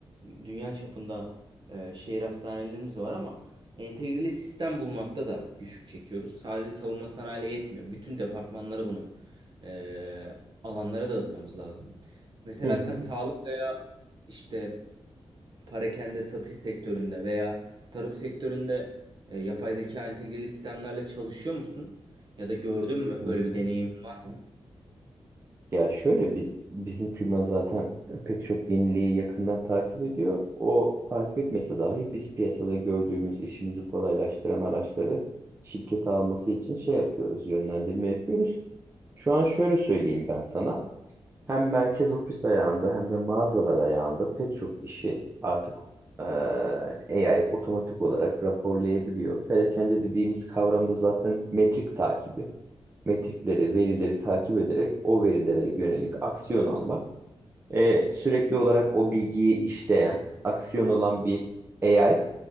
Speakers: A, on the right (about 50°); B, on the right (about 25°).
A: dünya çapında e, şehir hastanelerimiz var ama entegreli sistem bulmakta da güçlük çekiyoruz. Sadece savunma sanayiyle yetmiyor. Bütün departmanlara bunu e, alanlara dağıtmamız lazım. Mesela
B: Hı hı.
A: sen sağlık işte Parakende satış sektöründe veya tarım sektöründe e, yapay zeka entegreli sistemlerle çalışıyor musun? Ya da gördün mü?
B: Hı hı.
A: Böyle bir
B: Hı hı.
A: deneyimin var mı?
B: Ya şöyle biz bizim firma zaten pek çok yeniliği yakından takip ediyor. O takip etmese dahi biz piyasada gördüğümüz işimizi kolaylaştıran araçları şirkete alması için şey yapıyoruz, yönlendirme yapıyoruz. Şu an şöyle söyleyeyim ben sana. Hem merkez ofis ayağında hem de mağazalar ayağında pek çok işi artık eee, AI otomatik olarak raporlayabiliyor. Perakende dediğimiz kavramda zaten metrik takibi metrikleri, verileri takip ederek o verilere yönelik aksiyon almak. E, sürekli olarak o bilgiyi işleyen, aksiyon olan bir AI